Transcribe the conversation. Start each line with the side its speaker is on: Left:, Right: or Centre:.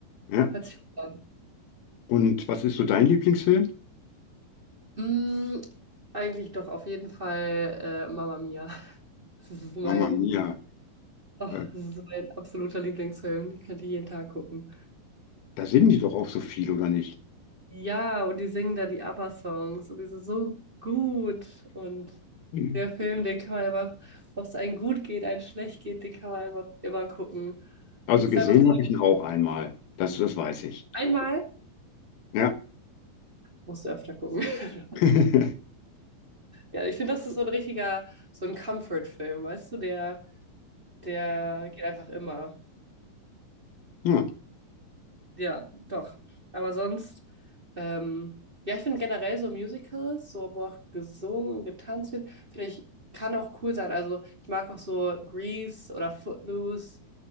Left: Ja,
Right: Hört sich gut an.
Left: und was ist so dein Lieblingsfilm?
Right: Mm, eigentlich doch auf jeden Fall äh, Mama Mia. <laughs> Das ist mein,
Left: Mama Mia,
Right: oh,
Left: äh,
Right: das ist mein absoluter Lieblingsfilm. Den könnte ich jeden Tag gucken.
Left: da sind die doch auch so viel, oder nicht?
Right: Ja, und die singen da die ABBA-Songs und die sind so gut. Und
Left: Hm.
Right: der Film, den kann man einfach, ob es einem gut geht, einem schlecht geht, den kann man einfach immer gucken.
Left: Also
Right: Das
Left: gesehen
Right: ist einfach
Left: habe
Right: so,
Left: ich ihn auch einmal, das, das weiß ich.
Right: einmal
Left: Ja.
Right: musst du öfter gucken. <laughs>
Left: <laughs>
Right: Ja, ich finde, das ist so ein richtiger, so ein Comfort-Film, weißt du, der, der geht einfach immer.
Left: Ja.
Right: Ja, doch. Aber sonst, ähm, ja, ich finde generell so Musicals, so wo auch gesungen und getanzt wird, finde ich, kann auch cool sein. Also ich mag auch so Grease oder Footloose,